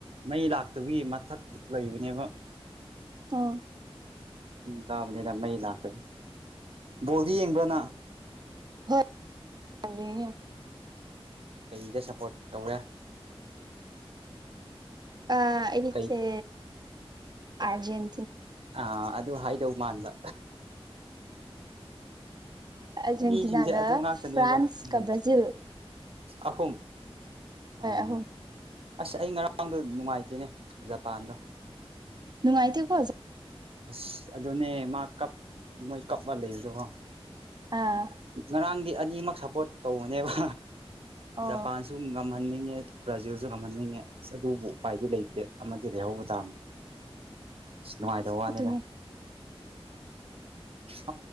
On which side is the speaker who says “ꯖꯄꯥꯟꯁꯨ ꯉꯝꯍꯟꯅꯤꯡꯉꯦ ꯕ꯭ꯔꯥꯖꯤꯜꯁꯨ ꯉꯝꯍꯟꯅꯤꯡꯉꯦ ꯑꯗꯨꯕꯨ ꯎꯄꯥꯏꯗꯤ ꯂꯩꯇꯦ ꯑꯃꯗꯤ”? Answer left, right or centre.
Right